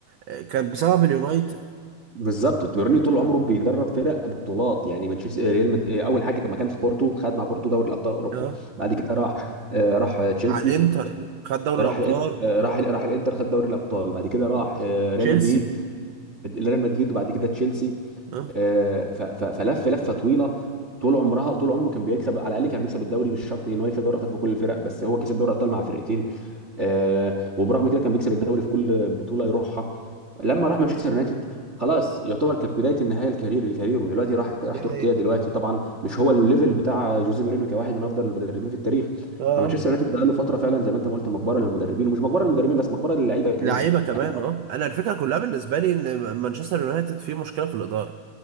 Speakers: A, on the right (about 80°); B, on the right (about 50°).
A: آه، كان بسبب اليونايتد
B: بالظبط مورينيو طول عمره بيدرب فرق بطولات يعني مانشستر ريال مد... اول حاجه لما كان في بورتو خد مع بورتو دوري ابطال اوروبا
A: اه
B: بعد كده راح آه، راح تشيلسي
A: على الانتر خد دوري
B: آه،
A: الابطال
B: راح الإن- آه، راح راح الانتر خد دوري الابطال بعد كده راح آه، ريال
A: تشيلسي
B: مدريد ريال مدريد وبعد كده تشيلسي
A: اه
B: آه، ف... ف... فلف لفه طويله طول عمرها طول عمره كان بيكسب على الاقل كان بيكسب الدوري مش شرط ان هو يكسب دوري الابطال في كل الفرق بس هو كسب دوري الابطال مع فرقتين آه، وبرغم كده كان بيكسب الدوري في كل بطوله يروحها لما راح مانشستر يونايتد خلاص يعتبر كانت بدايه النهايه الكارير الكارير ودلوقتي راح راح
A: دي
B: تركيا
A: حقيقة
B: دلوقتي طبعا مش هو الليفل بتاع جوزيه مورينيو كواحد من افضل المدربين في التاريخ
A: اه آه.
B: فمانشستر يونايتد بقى له فتره فعلا زي ما انت ما قلت مقبره للمدربين ومش مقبره للمدربين بس مقبره للعيبه كمان
A: لعيبه كمان
B: يعني أنت-
A: اه انا الفكره كلها بالنسبه لي ان مانشستر يونايتد فيه مشكله في الاداره